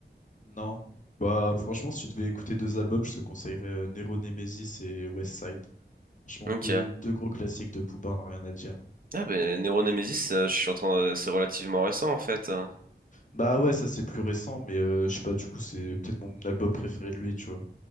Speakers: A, on the left; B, on the right.
A: Non. Bah franchement si tu devais écouter deux albums je te conseillerais euh, Nero Nemesis et West Side. Franchement
B: Ok.
A: deux, deux gros classiques de Booba hein, rien à dire. hein.
B: Ah ben, Neuro Nemesis, euh, je suis en train de... c'est relativement récent en fait. hein.
A: Bah ouais ça c'est plus récent mais euh, je sais pas du coup c'est peut-être mon album préféré de lui tu vois.